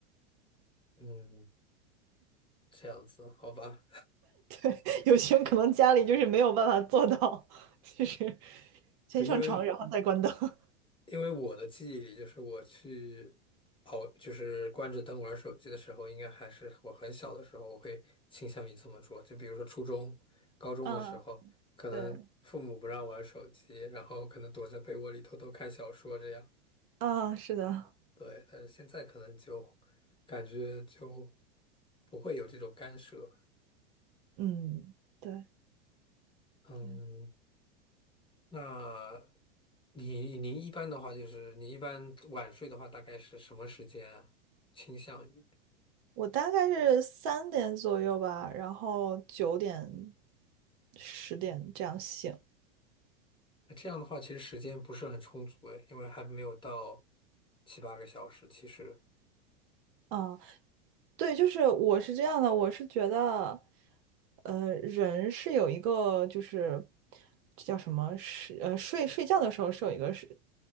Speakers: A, on the left; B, on the right.
A: 嗯，这样子，好吧。
B: <laughs> 有些人可能家里就是没有办法做到，<laughs> 就是先上床，
A: 对，因为
B: 然后再关灯。<laughs>
A: 因为我的记忆里，就是我去熬，就是关着灯玩手机的时候，应该还是我很小的时候，我会倾向于这么做。就比如说初中、高中的时候，
B: 嗯，
A: 可能父母不让玩手机，
B: 对，
A: 然后可能躲在被窝里偷偷看小说这样。
B: 啊，是的，
A: 对，但是现在可能就感觉就不会有这种干涉。
B: 嗯，对。
A: 嗯，
B: 对。
A: 那你您一般的话，就是你一般晚睡的话，大概是什么时间啊倾向于？
B: 我大概是三点左右吧，然后九点、十点这样醒。
A: 那这样的话，其实时间不是很充足诶，因为还没有到七八个小时。其实，
B: 啊，对，就是我是这样的，我是觉得，呃，人是有一个就是这叫什么是呃睡睡觉的时候是有一个是